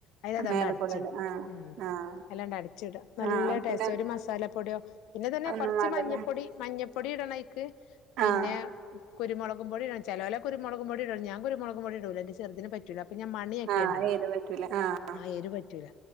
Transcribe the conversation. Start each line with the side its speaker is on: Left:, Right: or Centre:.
Left: അയിലാതാണ്ടടച്ചിടാ
Right: മേലക്കൂടെ ഇടാ ആഹ്
Left: മ്
Right: ആഹ്
Left: അയ്ലാണ്ട് അടച്ചിട നല്ല
Right: ആഹ്
Left: ടേസ്റ്റ
Right: പിന്നെ
Left: ഒരു മസാലപ്പൊടിയോ പിന്നെതന്നെ
Right: ഒന്നും
Left: കുറച്ച്
Right: വേണ്ടല്ലേ
Left: മഞ്ഞപ്പൊടി മഞ്ഞപ്പ് പൊടിയിടണൈക്ക് പിന്നെ
Right: ആഹ്
Left: മ് കുരുമുളക് പൊടി ഇടണം ചെലോലാ കുരുമളക്പൊടി ഇടു ഞാനാ കുരുമുളക്പൊടി ഇടൂല ന്റെ ചെ ചെർതിന് പറ്റൂല്ല അ ഞാൻ മണിയാക്കിയാണ്ടിടും
Right: ആഹ് എരു പറ്റൂല ആഹ്
Left: ആ എരു പറ്റൂല